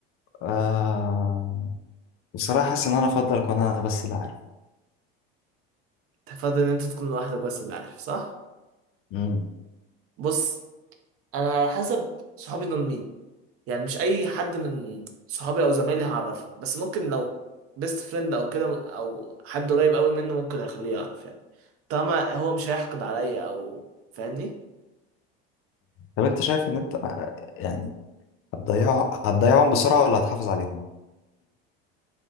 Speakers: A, on the left (about 45°); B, on the right (about 50°).
A: آه بصراحة حاسس إن أنا أفضل أكون أنا بس اللي عارف
B: تفضل ان انت تكون لوحدك بس اللي عارف صح
A: مم.
B: بص انا على حسب صحابي دول مين يعني مش اي حد من صحابي او زمايلي هعرفه بس ممكن لو بيست فريند او كده او حد قريب قوي منه ممكن اخليه يعرف يعني طالما هو مش هيحقد عليا او فاهمني
A: طب أنت شايف إن أنت آه، يعني هتضيع هتضيعهم بسرعة ولا هتحافظ عليهم؟